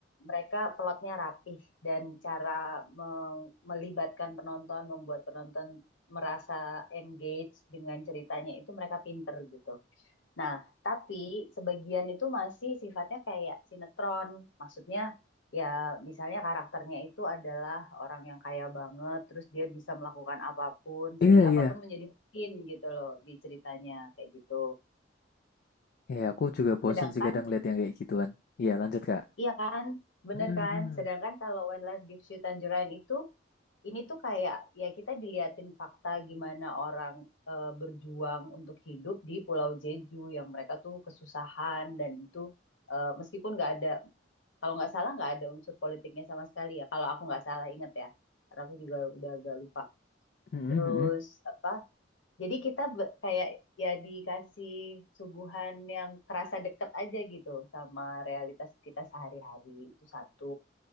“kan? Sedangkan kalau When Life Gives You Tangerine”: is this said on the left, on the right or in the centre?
Left